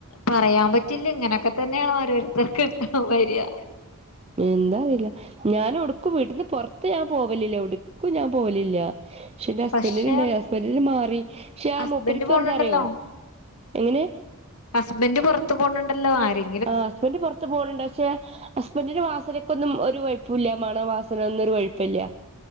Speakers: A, on the left (about 75°); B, on the right (about 25°).
A: പറയാൻ പറ്റില്ല ഇങ്ങനൊക്കെ തന്നെയണ് ഓരോരുത്തർക്ക് വര്യാ
B: എന്താ അറിയില്ല ഞൻ എവ്ട്ക്കും വീട്ടിൽന്ന് പൊറത്ത് ഞാൻ പോവലില്ല ഇവ്ട്ക്കും ഞാൻ പോവലില്ല പക്ഷെ എന്റെ ഹസ്ബന്ഡന്
A: പക്ഷെ
B: ഉണ്ടായി ഹസ്ബന്ഡന് മാറി പക്ഷെ ആ
A: ഹസ്ബൻഡ്
B: മുൂപ്പരിക്ക്
A: പോണുണ്ടല്ലോ
B: എന്താറിയോ എങ്ങനെ
A: ഹസ്ബന്ഡറ് പുറത്ത് പോണുണ്ടല്ലോ ആര്
B: ആ ഹസ്ബന്ഡറ് പുറത്ത് പോണണ്ട് പക്ഷെ ഹസ്ബൻഡിന് വാസനക്കൊന്നും ഒരു കൊഴപ്പുല്ല മണവാസന ഒന്നും ഒരു കൊഴപ്പല്ല്യ